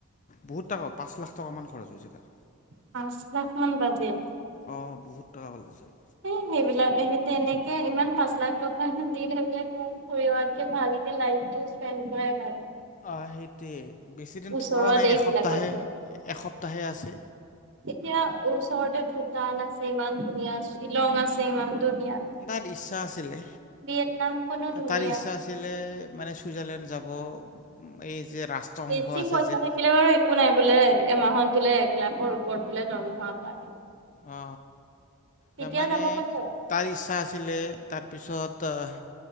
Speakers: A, on the left; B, on the right.
A: বহুত তাক পাঁচ লাখ টকামান খৰচ হৈছে তাৰ।
B: পাঁচ লাখ মান বাজেট।
A: অ' বহুত টকা পালে যায়।
B: এ সেইবিলাক হে তেনেকে ইমান পাঁচ লাখ টকা হে দি থাকে কয় ফুৰি অহাতকে ভালকে লাইফটো স্পেণ্ড কৰাই ভাল
A: অ, সেইটোৱেই। বেছিদিন
B: ওচৰৰ
A: থকাও নাই
B: দেশ
A: এসপ্তাহে-এসপ্তাহে
B: বিলাকত গৈ
A: আছে।
B: এতিয়া ওচৰতে ভূটান আছে ইমান ধুনীয়া শ্বিলং আছে ইমান ধুন
A: বা দিচ্ছা আছিলে
B: ভিয়েটনামখনো ধুনীয়া
A: তাৰ ইচ্ছা আছিলে মানে চুইজাৰলেণ্ড যাব এই যে ৰাষ্ট্ৰসংঘ
B: বেছি
A: আছে
B: পইচা
A: যে
B: থাকিলে বাৰু একো নাই বোলে এমাহত বোলে এক লাখৰ ওপৰত বোলে দৰমহা পায়।
A: অ,
B: তেতিয়া
A: তাৰ মানে
B: যাব পাৰি আৰু
A: তাৰ ইচ্ছা আছিলে তাৰপিছত অহ,